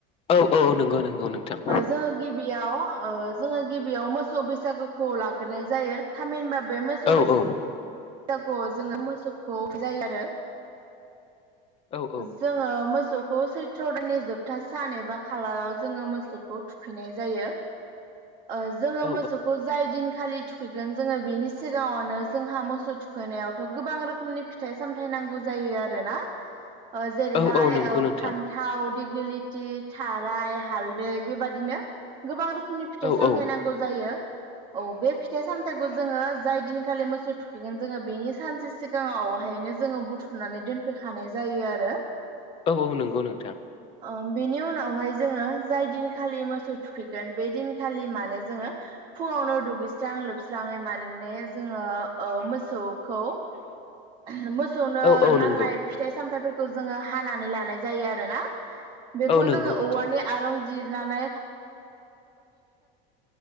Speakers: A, on the left (about 25°); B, on the right (about 20°).
A: औ अ नंगौ नंगौ नोंथां।
B: जोङो गिबियाव ओ जोङो गिबियाव मोसौ बैसागुखौ लाग्रोनाय जायो थामिनबा बे मोसौ
A: औ
B: बैसागुआव
A: औ
B: जोङो मोसौखौ थुखैनाय जायो आरो।
A: औ औ
B: जोङो मोसौ मोसौखौ सैथ्र' दाननि जोबथा सान एबा खालाराव जोङो मोसौखौ थुखैनाय जायो। ओ जोङो
A: औ
B: मोसौखौ जाय दिन खालि थुखै जेन जोङो बेनि सिगाङावनो जोंहा मोसौ थुखैनायावथ' गोबां रोखोमनि फिथाइ सामथायाइ नांगौ जायो। आरोना ओ जेरैहाय
A: औ औ नंगौ
B: ओ
A: नोंथां
B: फान्थाव दिग्लिलिथि थाराय हालदै बेबादिनो गोबां रोखोम नि फिथाइ
A: औ
B: सामथाय
A: औ
B: नांगौ जायो औ बे फि फिथाइ सामथाइखौ जोङो जाय दिनखालि मोसौ थुखैगोन जोङो बेनि सानसे सिगाङावहायनो जोङो बुथुम फुनानै दोनफैखानाय जायो आरो
A: औ औ नंगौ नोंथां
B: अ बेनि उनावहाय जोङो जाय दिनखालि मोसौ थुखैगोन बे दिनखालि मानो जोङो फुङावनो दुगैस्रां लोबस्राङै माने जोङो औ‌ मोसौखौ एह मोसौनो
A: औ औ
B: नांनाय
A: नंगौ
B: फिथाइ सामथाइफोरखौ जोङो हानानै लानाय जायो आरोना बेखौ
A: औ नंगौ
B: जोङो
A: नोंथां
B: औवानि आरं जिरनानै